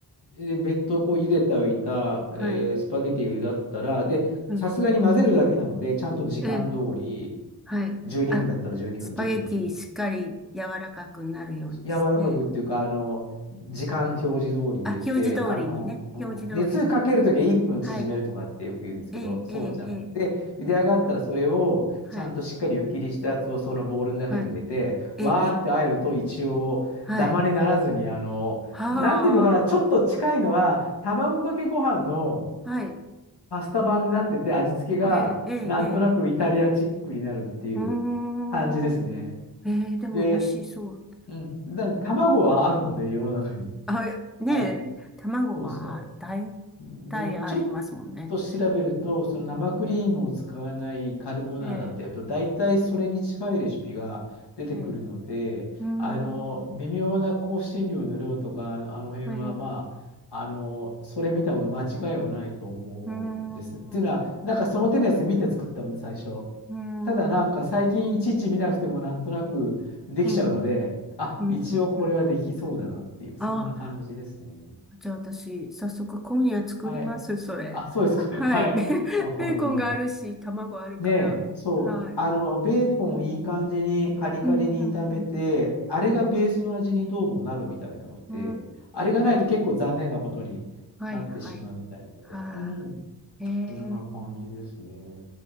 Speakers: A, on the left; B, in the centre.
A: で、別途こう茹でておいた、
B: はい、
A: えースパゲティが茹だったら、で、
B: うん、
A: さすがに混ぜるだけなので、ちゃんと時間通り、
B: ええ、はい。
A: 12分だったら12分、
B: あ、スパゲティしっかり柔らかくなるようにして、
A: 1分なら10分。柔らかくっていうか、あの、時間表示通り茹でて、
B: あ、表示通りにね、
A: あの、うん、
B: 表示通りに、
A: 熱かけるときは1分縮めるとかってよく言うんですけど、
B: はい、ええ、
A: そうじゃない。
B: ええ、ええ、
A: で、茹で上がったらそれをちゃんとしっかり湯切りしたやつをそのボウルの中に入れて、
B: はい、はい、ええ、
A: わーってあえると一応ダマにならずに、
B: ええはい、
A: あの、
B: は
A: なんていうのかな、ちょっと近いのは、卵かけご飯の
B: あ、はい、
A: パスタ版になってて、味付けがなんとなくイタリアチックになるっていう感じですね。
B: ええ、ええ、ええ、うーん、ええ、でも美味しそう。
A: で、うん。だから卵はあるので、世の中に。
B: あ、ねえ、
A: はい。
B: 卵は大
A: そうそう。
B: 体ありますもんね。
A: で、ちょっと調べると、その生クリームを使わないカルボナーラってやると、
B: ええ、
A: 大体それに近いレシピが出てくるので、
B: ええ、うー
A: あの、
B: ん、
A: 微妙な香辛料の量とか、あの辺は、
B: ええ、
A: まあ、
B: う
A: あの、それ見た方が間違いはないと思うんです。
B: ーん、
A: っていうのは、
B: う
A: なんかその手のやつ見て作ったので、最初。
B: ーん、
A: ただなんか最近いちいち見なくてもなんとなくできちゃうので、
B: うん、うん、
A: あ、
B: うん、
A: 一応これはできそうだなっていう、
B: うん。
A: そんな感じですね。
B: あ、じゃあ私、早速今夜作ります、
A: はい。
B: それ。
A: あ、そうですか。<laughs>
B: はい。
A: はい。
B: <laughs> ベ、
A: わかりました。
B: ベーコンがあるし、卵あるから。
A: ねえ、そう。
B: はい。
A: あの、ベーコンをいい感じにカリカリに炒めて、
B: うん、うん、うん、うん。
A: あれがベースの味にどうもなるみたいなので、
B: うー
A: あれがないと結構残念なことになってしまうみたいなので。
B: ん。はい、はい。はあ、
A: うん。
B: ええ。うん
A: こんな感じですね。